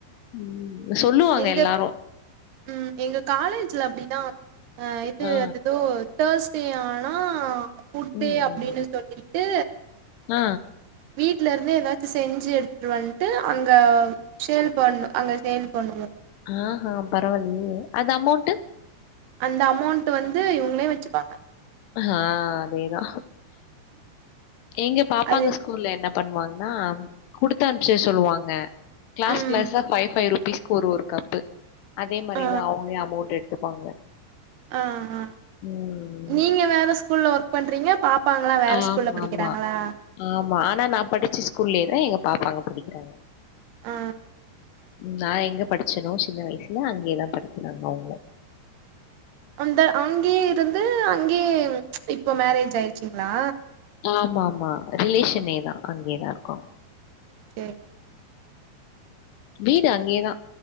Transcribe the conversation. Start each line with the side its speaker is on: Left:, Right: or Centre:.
Left: ம் சொல்லுவாங்க
Right: எங்க
Left: எல்லாரு
Right: ம் எங்க காலேஜ்ல அப்டிதா அ இது
Left: ஆ.
Right: அத் எதோ தேஸ்டே ஆனா ஃபுட்டே
Left: ம்,
Right: அப்டினு
Left: ம்.
Right: சொல்லிட்டு
Left: ஆ
Right: வீட்ல இருந்து எதாச்சு செஞ்சு எடுத்துட்டு ந்ட்டு அங்க சேல் பண் அங்க சேல் பண்ணுவோ
Left: ஆஹா பரவால்லையே அது அமௌன்டு
Right: அந்த அமௌண்ட் வந்து இவுங்களே வச்சுப்பாங்க
Left: ஆ அதேதா எங்க பாப்பாங்க
Right: அது
Left: ஸ்கூ ஸ்கூல என்ன பண்வாங்னா குடுத்த அம்ச்ச சொல்வாங்க கிளாஸ்
Right: ம்
Left: கிளஸா ஃபைவ் ஃபைவ் ரூப்பீஸ்க்கு ஒரு ஒரு கப்பு அதே மாரிதா
Right: ஆ
Left: அவுங்களே அமௌண்ட் எடுத்துப்பாங்க
Right: ஆ ஆ
Left: ம்
Right: நீங்க வேற ஸ்கூல்ல ஒர்க் பண்றீங்க பாப் ப்பாங்களா வேற
Left: ஆமா
Right: ஸ்கூல்ல படிக்கிறாகளா
Left: ஆமா ஆமா ஆனா நா படிச்சு ஸ்கூல்லயேதா எங்க பாப்பாங்க படிக்கிறாங்க
Right: ஆ
Left: நா எங்க படிச்சனோ சின்ன வயசுல அங்கேயதா படிக்கிறாங்க அவங்கலு.
Right: அந்த அங்கேயே இருந்து அங்கேயே இப்போ மேரேஜ் ஆயிருச்சுங்களா
Left: ஆம்மா ஆம்மா ரிலேஷனே தா அங்கேதா இருக்கு
Right: <inaudible>
Left: வீடு அங்கேயேதா